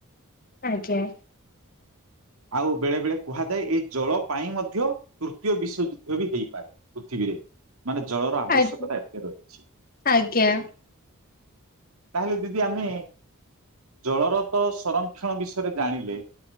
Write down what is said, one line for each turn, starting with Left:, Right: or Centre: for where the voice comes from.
Left: ଆଜ୍ଞା।
Right: ଆଉ ବେଳେ ବେଳେ କୁହାଯାଏ ଏଇ ଜଳ ପାଇଁ ମଧ୍ୟ ୟ ତୃତୀୟ ବିଶ୍ଵଯୁଦ୍ଧ ବି ହେଇପାରେ ପୃଥିବୀରେ। ମାନେ ଜଳର ଆବଶ୍ୟକତା
Left: ଆଜ୍ଞା
Right: ଏତେ ରହିଛି।
Left: ଆଜ୍ଞା
Right: ତାହେଲେ ଦିଦି ଆମେ ଜଳରତ ସଂରକ୍ଷଣ ବିଷୟରେ ଜାଣିଲେ।